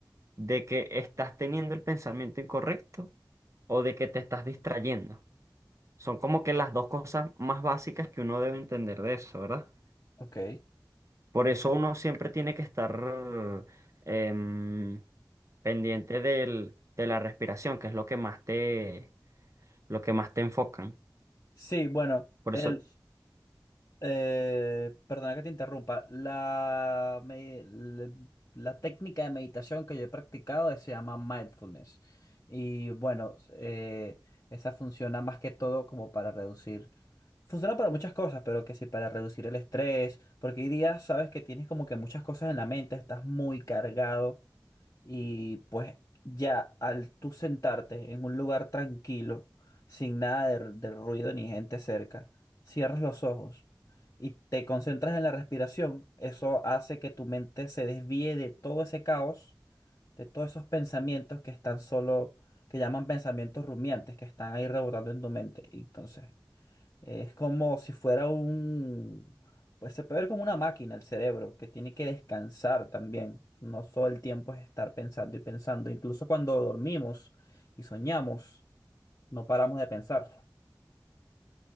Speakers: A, on the right; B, on the left.
A: de que estás teniendo el pensamiento incorrecto o de que te estás distrayendo. Son como que las dos cosas más básicas que uno debe entender de eso, ¿verdad?
B: Ok.
A: Por eso uno siempre tiene que estar em, pendiente del- de la respiración, que es lo que más te, lo que más te enfocan.
B: Sí, bueno,
A: Por
B: el,
A: eso,
B: Eh, perdona que te interrumpa. La, me- la, la técnica de meditación que yo he practicado se llama mindfulness. Y bueno, eh, esa funciona más que todo como para reducir. Funciona para muchas cosas, pero que sí, para reducir el estrés. Porque hoy día sabes que tienes como que muchas cosas en la mente, estás muy cargado. Y pues ya al tú sentarte en un lugar tranquilo, sin nada de, r- de ruido ni gente cerca, cierras los ojos y te concentras en la respiración, eso hace que tu mente se desvíe de todo ese caos, de todos esos pensamientos que están solo, que llaman pensamientos rumiantes, que están ahí rebotando en tu mente. Y entonces es como si fuera un, pues se puede ver como una máquina el cerebro, que tiene que descansar también. No todo el tiempo es estar pensando y pensando. Incluso cuando dormimos y soñamos, no paramos de pensar.